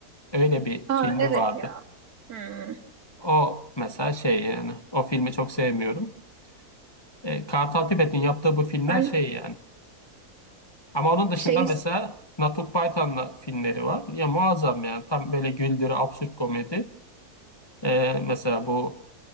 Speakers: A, on the left; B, on the right.
A: Öyle bir
B: Ha
A: filmi
B: evet
A: vardı.
B: ya. Hmm.
A: O mesela şey yani o filmi çok sevmiyorum. E, Kartal Tibet'in yaptığı bu filmler
B: Ben
A: şey yani. Ama onun dışında
B: şey
A: mesela Natuk Baytan'la filmleri var. Ya muazzam yani tam böyle güldürü absürt komedi. E, mesela bu